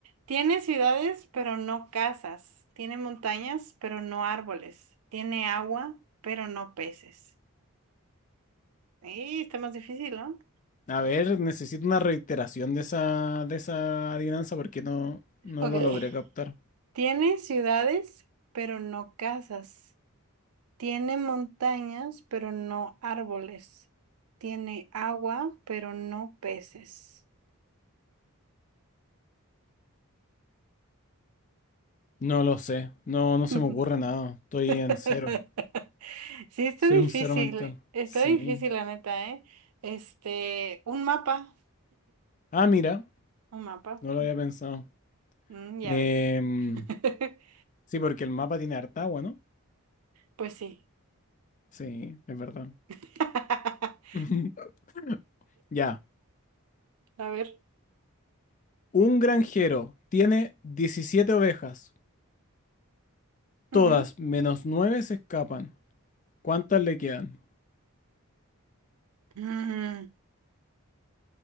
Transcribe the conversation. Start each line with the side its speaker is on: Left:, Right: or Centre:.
Right: Tiene ciudades, pero no casas. Tiene montañas, pero no árboles. Tiene agua, pero no peces. Ahí está más difícil, ¿no?
Left: A ver, necesito una reiteración de esa, de esa adivinanza porque no, no
Right: Okay.
Left: lo logré captar.
Right: Tiene ciudades, pero no casas. Tiene montañas, pero no árboles. Tiene agua, pero no peces.
Left: No lo sé, no, no se
Right: <laughs>
Left: me ocurre nada, estoy
Right: <laughs>
Left: en cero,
Right: Sí, está
Left: soy
Right: difícil,
Left: un cero mental.
Right: está
Left: Sí.
Right: difícil la neta, ¿eh? Este, un mapa,
Left: Ah, mira,
Right: un mapa,
Left: no lo había pensado.
Right: mm, ya
Left: Em,
Right: ves. <laughs>
Left: sí, porque el mapa tiene harta agua, ¿no?
Right: Pues sí.
Left: Sí, es verdad.
Right: <laughs>
Left: <laughs> Ya.
Right: A ver.
Left: Un granjero tiene 17 ovejas.
Right: ujú.
Left: Todas menos 9 se escapan. ¿Cuántas le quedan?
Right: Mm,